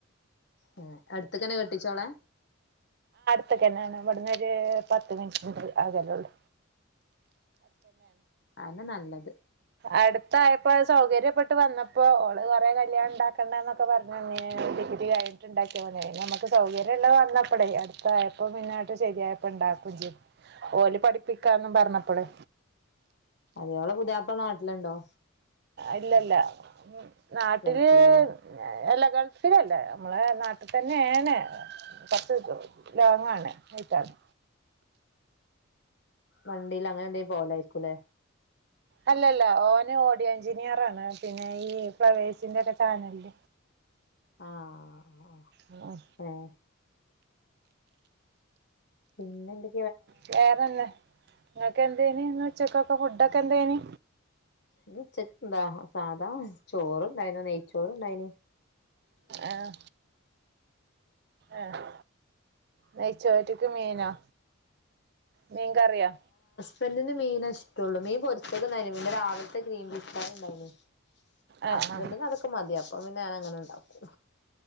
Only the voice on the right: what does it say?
ത്ത്ക്കന്നാണ് ഇവടന്നൊര് പത്ത് മിനിറ്റ് ആകലൊള്ളൂ
അടുത്തായപ്പോ സൗകര്യപ്പെ ട്ട് വന്നപ്പോ ഓള് കൊറേ കല്യാണം ഉണ്ടാക്കണ്ടന്നൊക്കെ പറഞ്ഞ ഡിഗ്രീ കഴിഞ്ഞിട്ട്ണ്ടാക്കി നമുക്ക് സൗകര്യം ഉള്ളത് വന്നപ്പോടേ അടുത്തായപ്പോ പിന്നട്ട് ശരിയപ്പോ ഉണ്ടാക്കും ഓല് പഠിപ്പിക്കാന്നും പറഞ്ഞപ്പളേ
ഇല്ല ഇല്ല നാട്ടില്
എല്ല ഗൾഫിലല്ലേ നമ്മളെ നാട്ടിൽ തന്നെയാണ് പത്ത് ലോങ്ങാണ് ആയിട്ടാണ്
അല്ലല്ല ഓന് ഓഡിയോ എഞ്ചിനീയർ ആണ് പിന്നെ ഈ ഫ്ലവേഴ്സിന്റെ ഒക്കെ ചാനലിൽ
ആ ഓ
ചേറന്നെ നിങ്ങക്ക് എന്തേനി ഇന്നുച്ചക്ക് ഫുഡൊക്കെ എന്തേനി?
ആഹ് ആഹ് നെയ്ച്ചവറ്റക്ക് മീനാ? മീൻ കറിയാ?
ആഹ്
ആഹ്